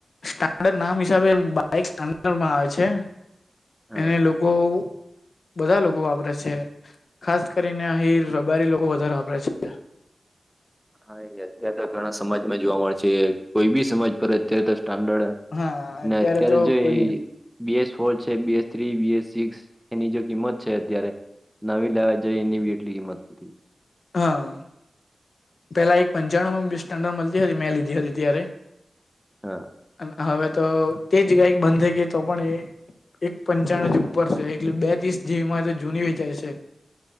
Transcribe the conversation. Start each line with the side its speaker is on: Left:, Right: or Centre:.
Left: સ્ટાન્ડર્ડ નામ હિસાબે બાઈક સ્ટાન્ડર્ડમાં આવે છે.
Centre: હા
Left: એને લોકો બધા લોકો વાપરે છે. ખાસ કરીને આહીર, રબારી લોકો વધારે વાપરે છે.
Centre: હા એ અત્યારે તો ઘણા સમાજમાં જોવા મળ છે. કોઈ બી સમાજ પર અત્યારે તો સ્ટાન્ડર્ડ
Left: હા
Centre: ને અત્યારે
Left: તો
Centre: જો
Left: કોઈ
Centre: એ
Left: બી
Centre: બીએસ ફોર છે, બીએસ થ્રી, બીએસ સિક્સ એની જે કિંમત છે અત્યારે નવી લાવા જાય એની બી એટલી કિંમત નથી.
Left: હહ પેલા એક પંચાણુંમાં બે સ્ટાન્ડર્ડ મલતી હતી મેં લીધી હતી ત્યારે.
Centre: હહ
Left: અને હવે તો તે જ ગાય બંધ થઈ ગઈ તો પણ એ એક પંચાણું જ ઉપર સે એટલે બે ત્રીસ જેવી માં તો જૂની વેચાય સે.